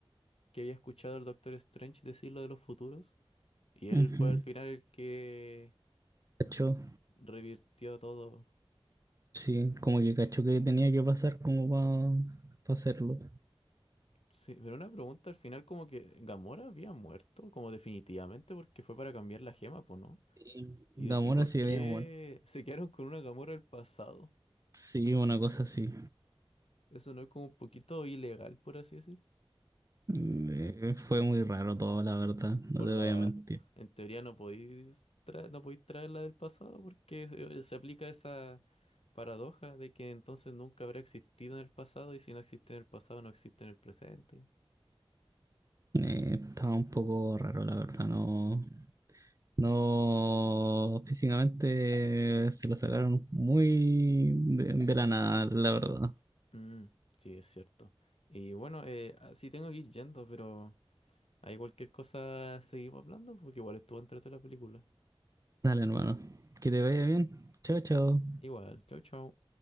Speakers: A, on the left (about 80°); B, on the right (about 35°).
A: que había escuchado al Doctor Strange decir lo de los futuros. Y él
B: Ujú.
A: fue al final el que
B: ¿Cachó?
A: revirtió todo.
B: Sí, como que cachó que tenía que pasar como para hacerlo.
A: Sí, pero una pregunta, al final como que Gamora había muerto, como definitivamente, porque fue para cambiar la gema, pues, ¿no?
B: Y
A: ¿Y,
B: Damora
A: de- y por
B: sí
A: qué
B: había muerto.
A: se quedaron con una Gamora del pasado?
B: Sí, una cosa así.
A: Eso no es como un poquito ilegal, por así decir.
B: Eh, fue muy raro todo, la verdad, no
A: Por
B: te
A: la,
B: voy a mentir.
A: en teoría no podéis traer, no podéis traer la del pasado porque se, se aplica esa paradoja de que entonces nunca habrá existido en el pasado y si no existe en el pasado no existe en el presente.
B: Eh, estaba un poco raro, la verdad, no. No, físicamente se lo sacaron muy de, de la nada, la verdad.
A: Mm, sí, es cierto. Y bueno, eh, así tengo que ir yendo, pero hay cualquier cosa seguimos hablando porque igual estuvo entrete la película.
B: Dale, hermano. Que te vaya bien. Chao, chao.
A: Igual, chau, chau.